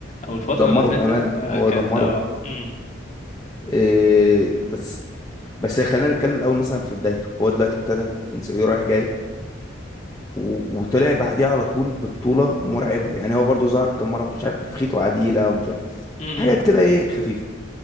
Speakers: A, on the left; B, on the left.
A: او الفتره
B: دمره
A: اللي فاتت
B: بامانه
A: آه
B: هو
A: كانت
B: دمره
A: اه امم
B: إيه بس بس خلينا نتكلم الاول مثلا في بدايته هو دلوقتي ابتدى من صعيدي رايح جاي و... وطلع بعديها على طول ببطوله مرعبه يعني هو برضو ظهر كم مره مش عارف في خيط وعديله ومش عارف
A: امم
B: حاجات كده ايه خفيفه